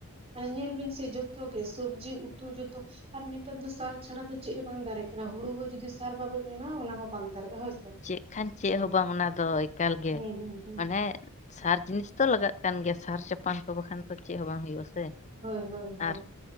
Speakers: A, on the right; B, on the left.
A: ᱢᱟᱱᱮ ᱧᱮᱞ ᱵᱤᱱ ᱥᱮ ᱡᱚᱛᱚ ᱜᱮ ᱥᱚᱵᱡᱤ ᱩᱛᱩ ᱡᱚᱛᱚ ᱟᱨ ᱱᱮᱛᱟᱨ ᱫᱚ ᱥᱟᱨ ᱪᱷᱟ ᱫᱚ ᱪᱮᱫ ᱦᱚᱸ ᱵᱟᱝ ᱫᱟᱨᱮᱜ ᱠᱟᱱᱟ ᱦᱩᱲᱩ ᱦᱚᱸ ᱡᱩᱫᱤ ᱥᱟᱨ ᱵᱟᱵᱮᱱ ᱮᱢ-ᱟ ᱚᱱᱟ ᱦᱚᱸ ᱵᱟᱝ ᱫᱟᱨᱮᱜ-ᱟ ᱦᱳᱭ ᱥᱮ
B: ᱪᱮᱜ ᱠᱷᱟᱱ ᱪᱮᱜ ᱦᱚᱸ ᱵᱟᱝ ᱚᱱᱟᱫᱚ ᱮᱠᱟᱞᱜᱮ
A: ᱦᱩᱸ ᱦᱩᱸ ᱦᱩᱸ
B: ᱢᱟᱱᱮ ᱥᱟᱨ ᱡᱤᱱᱤᱥ ᱛᱚ ᱞᱟᱜᱟᱜ ᱠᱟᱱ ᱜᱮᱭᱟ ᱥᱟᱨ ᱪᱟᱯᱟᱱ ᱠᱚ ᱵᱟᱠᱷᱟᱱ ᱫᱚ ᱪᱮᱫ ᱦᱚᱸ ᱵᱟᱝ ᱦᱩᱭᱩᱜ-ᱟ ᱥᱮ
A: ᱦᱳᱭ ᱦᱳᱭ ᱦᱳᱭ
B: ᱟᱨ